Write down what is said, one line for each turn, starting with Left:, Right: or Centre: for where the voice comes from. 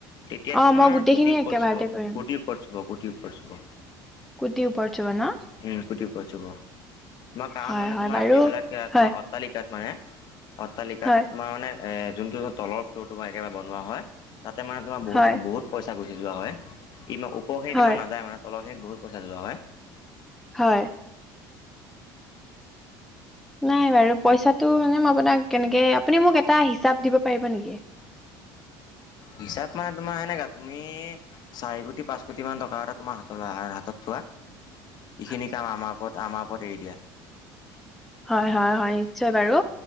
Left: তেতিয়া
Centre: অ
Left: তোমাৰ
Centre: মই গোটেইখিনি
Left: কোটিৰ ওপৰত
Centre: একেবাৰতে
Left: চুব
Centre: কৰিম
Left: কোটি উপ চুব কোটিওপৰত চুব।
Centre: কুটিৰ ওপৰত চুব ন?
Left: উম, কুটি ও চব তোমাৰ কাৰণ
Centre: হয়
Left: মানে
Centre: হয়
Left: তোমাৰ
Centre: বাৰু
Left: এইবিলাক
Centre: হয়
Left: তোমাৰ অট্টালিকাত মানে অট্টালিকাত
Centre: হয়
Left: তোমাৰ মানে, যোনটো তলৰ ফ্ল'ৰ তোমাৰ একেবাৰে বনোৱা হয় তাতে মানে তোমাৰ বহুত
Centre: হয়
Left: বহুত পইচা গুচি যোৱা হয় ইমান ওপৰখিনিত
Centre: হয়
Left: ইমান নাযায় মানে তলৰখিনিত বহুত পইচা যোৱা হয়।
Centre: হয়। নাই বাৰু পইচাটো মানে আপোনাক কেনেকে আপুনি মোক এটা হিচাপ দিব পাৰিব নেকি? <unintelligible>
Left: হিচাপ মানে তোমাৰ এনেকা তুমি চাৰি কোটি পাঁচ কোটি মান টকা এটা তোমাৰ হাতলে <inaudible> হাতত থোৱা,
Centre: <unintelligible>
Left: এইখিনি কাম আমাৰ ওপৰত আমাৰ ওপৰত এৰি দিয়া।
Centre: হয়-হয়-হয়, নিশ্চয় বাৰু